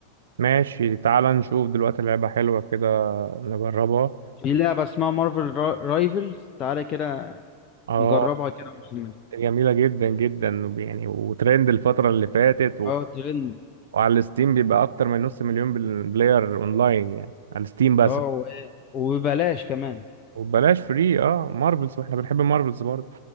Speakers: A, on the right; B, on the left.
A: ماشي تعال نشوف دلوقتي لعبة حلوة كده نجربها
B: في لعبه اسمها مارفل رايفلز تعالى كده
A: اه
B: نجربها كده ونكملها
A: جميلة جدا جدا وب- يعني وترند الفترة اللي فاتت و...
B: اه ترند
A: وعلى ستيم بيبقى أكتر من نص مليون بال- بلاير أونلاين يعني على ستيم بس
B: اه و- وببلاش كمان
A: وبلاش فري اه مارفلز واحنا بنحب مارفلز برضه